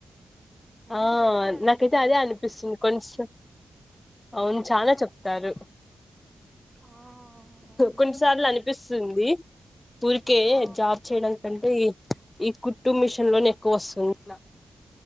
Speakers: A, on the right; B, on the left.
A: ఎంత
B: ఆ
A: చెప్తారు అనేసి
B: నాకైతే అదే అనిపిస్తుంది కొంచెం అవును చానా చెప్తారు
A: ఆ అవును
B: కొన్నిసార్లు అనిపిస్త స్తంది ఊరికే
A: ఆ
B: జాబ్ చేయడాని కంటే ఈ ఈ కుట్టుూ మిషన్ లోనే ఎక్కువ వస్తుంది ఇట్లా